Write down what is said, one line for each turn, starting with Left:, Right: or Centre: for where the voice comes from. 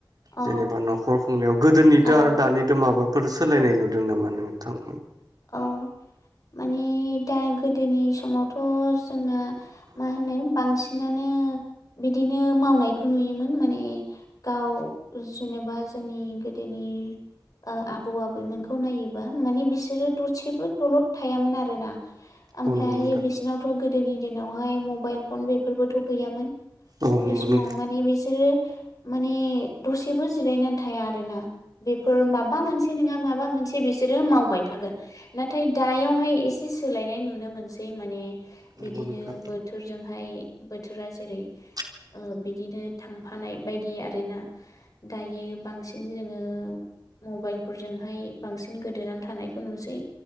Left: औ
Right: जेनेबा न'खर खुंनायाव गोदोनिथ'
Left: औ
Right: आरो दानिथ' माबा फोर सोलायनाय नुदों नामा नोंथां?
Left: औ माने दा गोदोनि समावथ' जोंना मा होनो बांसिन नानो बिदिनो मावनायखौ नुयोमोन माने गाव जेनेबा जोंनि गोदोनि ओ आबौ आबैमोनखौ नायोबा माने बिसोरो दसेबो दलद थायामोन आरो ना। ओमफ्रायहायो
Right: औ नंगौ नोंथां
Left: बिसिनावथ' गोदोनि दिनावहाय मबाइल फन बेफोरबोथ' गैयामोन।
Right: औ
Left: बे
Right: नंगौ
Left: समाव
Right: नोंथां
Left: माने बिसोरो माने दसेबो जिरायनानै थाया आरो ना बेफोर माबा मोनसे नङा माबा मोनसे बिसोर बिसोरो मावबाय थागोन नाथाय दायावहाय एसे सोलायनाय नुनो मोनसै माने
Right: नंगौ
Left: बिदिनो
Right: नोंथां
Left: बोथोरजोंहाय बोथोरा जेरै
Right: <unintelligible>
Left: ओ बिदिनो थांफानाय बायदि आरोना दायो बांसिन जोङो मबाइलफोरजोंहाय बांसिन गोदोनानै थानाय नुसै